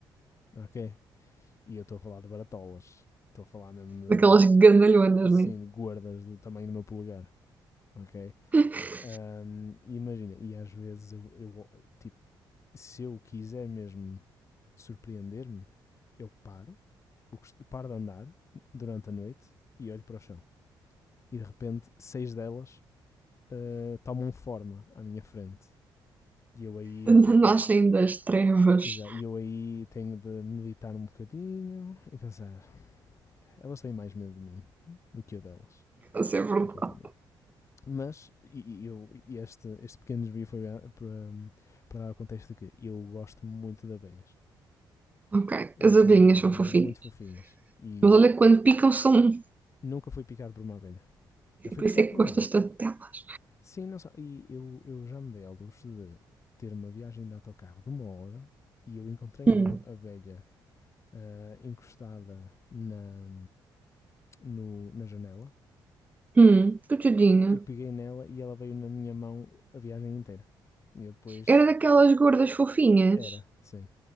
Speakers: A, on the left; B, on the right.
A: ok? E eu estou a falar de baratolas. Estou a falar mesmo
B: Daquelas gandalhonas,
A: de, sim,
B: né?
A: de gordas do tamanho do meu polegar, ok?
B: <laughs>
A: Ahm, e imagina, e às vezes eu, eu, tipo, se eu quiser mesmo surpreender-me, eu paro, eu paro de andar durante a noite e olho para o chão. E de repente, seis delas ah, tomam forma à minha frente. E eu aí
B: Nascem
A: fico tipo,
B: das trevas.
A: Exa- E eu aí tenho de meditar um bocadinho e pensar, elas têm mais medo de mim do que eu delas.
B: Isso é verdade.
A: E continua. Mas e, e eu, e este, este pequeno desvio foi para, para dar o contexto de que eu gosto muito de abelhas.
B: Ok.
A: Eu
B: As
A: acho
B: abelhinhas
A: as abelhas
B: são
A: muito
B: fofinhas.
A: fofinhas e
B: Mas olha, que quando picam são...
A: nunca fui picado por uma abelha. Já fui
B: Por
A: picado
B: isso é
A: por
B: que
A: uma
B: gostas
A: vespa.
B: tanto delas.
A: Sim, não só. E eu, eu já me dei ao luxo de ter uma viagem de autocarro de uma hora e eu encontrei uma
B: Hum.
A: abelha ah, encostada na, no- na janela
B: Hum, coitadinha.
A: e, e peguei nela e ela veio na minha mão a viagem inteira. E eu depois
B: Era daquelas gordas fofinhas.
A: era, sim.